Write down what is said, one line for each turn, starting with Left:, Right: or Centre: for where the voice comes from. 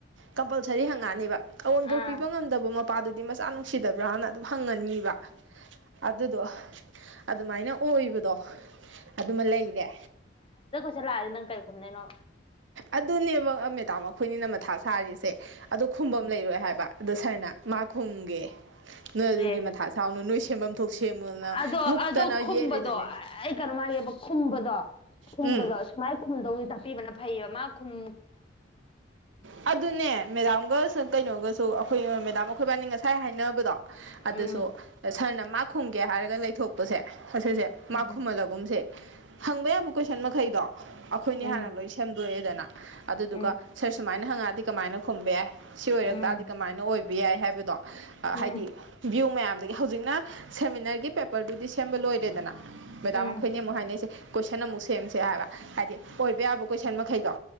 Right: ꯀꯝꯄꯜꯁꯔꯤ ꯍꯪꯉꯛꯑꯅꯤꯕ ꯑꯎꯟꯕꯠ
Left: ꯑꯥ
Right: ꯄꯤꯕ ꯉꯝꯗꯕ ꯃꯄꯥꯗꯨꯗꯤ ꯃꯆꯥ ꯑꯝ ꯅꯨꯡꯁꯤꯗꯕ꯭ꯔꯥꯅ ꯍꯪꯉꯅꯤꯕ ꯑꯗꯨꯗꯣ ꯑꯗꯨꯃꯥꯏꯅ ꯑꯣꯏꯕꯗꯣ ꯑꯗꯨꯃ ꯂꯩꯔꯦ
Left: ꯁꯜ ꯂꯥꯗꯤ ꯅꯪ ꯀꯩ ꯈꯨꯝꯗꯣꯏꯅꯣ
Right: ꯑꯗꯨꯅꯦꯕ ꯃꯦꯗꯥꯝ ꯑꯈꯣꯏꯅꯤꯅ ꯃꯊꯥ ꯁꯥꯔꯤꯁꯦ ꯑꯗꯣ ꯈꯨꯝꯕꯝ
Left: ꯎꯝ.
Right: ꯂꯩꯔꯣꯏ ꯍꯥꯏꯕ ꯑꯗꯣ ꯁꯔꯅ ꯃꯥꯈꯨꯝꯒꯦ ꯅꯣꯏ ꯑꯗꯨꯒꯤ
Left: ꯑꯦ
Right: ꯃꯊꯥ ꯁꯥꯎꯅꯨ ꯅꯣꯏ ꯁꯦꯝꯕꯝ ꯊꯣꯛꯄ ꯁꯦꯝꯃꯨꯅ
Left: ꯑꯗꯣ
Right: ꯃꯨꯛꯇꯅ
Left: ꯑꯗꯣ ꯈꯨꯝꯕꯗꯣ
Right: ꯌꯦꯠꯂꯤꯗꯨꯅꯦ
Left: ꯑꯩ ꯀꯩꯅꯣꯝ ꯍꯥꯏꯒꯦꯕ ꯈꯨꯝꯕꯗꯣ ꯈꯨꯝꯕꯗꯣ
Right: ꯎꯝ
Left: ꯁꯨꯃꯥꯏꯅ ꯈꯨꯝꯗꯧꯅꯤ ꯇꯥꯛꯄꯤꯕꯅ ꯐꯩꯌꯦꯕ ꯃꯥ ꯈꯨꯝ
Right: ꯑꯗꯨꯅꯦ ꯃꯦꯗꯥꯥꯝꯒ ꯀꯩꯅꯣꯒꯁꯨ ꯑꯈꯣꯏ ꯃꯦꯗꯥꯝ ꯑꯈꯣꯏꯕꯥꯅꯤ ꯉꯁꯥꯏ ꯍꯥꯏꯅꯕꯗꯣ
Left: ꯎꯝ
Right: ꯑꯗꯨꯁꯨ ꯁꯔꯅ ꯃꯥ ꯈꯨꯝꯒꯦ ꯍꯥꯏꯔꯒ ꯂꯩꯊꯣꯛꯄꯁꯦ ꯑꯁꯤꯁꯦ
Left: ꯎꯝ
Right: ꯃꯥꯈꯨꯝꯃꯜꯂꯒꯨꯝꯁꯦ ꯍꯪꯕ ꯌꯥꯕ ꯀꯣꯏꯁꯟ ꯃꯈꯩꯗꯣ ꯑꯈꯣꯏꯅꯤ
Left: ꯎꯝ
Right: ꯍꯥꯟꯅ ꯂꯣꯏ ꯁꯦꯝ ꯂꯣꯏꯔꯦꯗꯅ ꯑꯗꯨꯗꯨꯒ
Left: ꯎꯝ
Right: ꯁꯔ ꯁꯨꯃꯥꯏꯅ ꯍꯪꯉ ꯗꯤ ꯀꯃꯥꯏꯅ ꯈꯨꯝꯕ ꯌꯥꯏ ꯁꯤ ꯑꯣꯏꯔꯛ
Left: ꯎꯝ
Right: ꯇꯥꯔꯗꯤ ꯀꯃꯥꯏꯅ ꯑꯣꯏꯕ ꯌꯥꯏ ꯍꯥꯏꯕꯗꯣ
Left: ꯎꯝ
Right: ꯍꯥꯏꯗꯤ ꯚꯤ꯭ꯌꯨ ꯃꯌꯥꯝꯗꯒꯤ ꯍꯧꯖꯤꯛꯅ ꯁꯦꯃꯤꯅꯔꯒꯤ ꯄꯦꯄꯔꯗꯨꯗꯤ ꯁꯦꯝꯕ ꯂꯣꯏꯔꯦꯗꯅ ꯃꯦꯗꯥꯝ
Left: ꯎꯝ
Right: ꯑꯩꯈꯣꯏꯅꯦ ꯑꯃꯨꯛ ꯍꯥꯏꯅꯩꯁꯦ ꯀꯣꯏꯁꯟ ꯑꯃꯨꯛ ꯁꯦꯝꯁꯦ ꯍꯥꯏꯕ ꯍꯥꯏꯗꯤ ꯑꯣꯏꯕ ꯌꯥꯕ ꯀꯣꯏꯁꯟ ꯃꯈꯩꯗꯣ